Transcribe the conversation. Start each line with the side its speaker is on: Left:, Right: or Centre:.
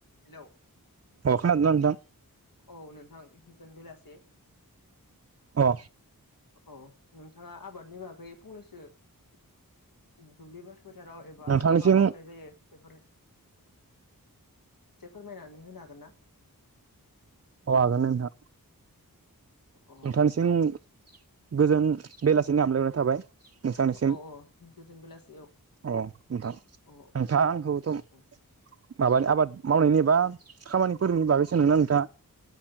Left: हेल'
Right: अ खोनादोंना नोंथां?
Left: औ नोंथां गोजोन बेलासे।
Right: अ
Left: औ नोंथाङा आबादनि बागै फंनैसो <inaudible> दुब्लिबारि फोथाराव एबा
Right: नोंथांनिसिम
Left: मा मा मावनाय जायो बेफोरनि एसे फोरमायनानै होनो हागोन ना?
Right: औ हागोन नोंथां
Left: अ
Right: नोंथांनिसिम गोजोन बेलासिनि हामलायनाय थाबाय। नोंथांनिसिम
Left: अ औ गोजन बेलासि औ
Right: अ नोंथां
Left: औ
Right: नोंथाङ आंखौथ' <unintelligible>
Left: औ
Right: आबाद मावनायनि एबा खामानिफोरनि बागै सोंदोंमोनना नोंथाङा?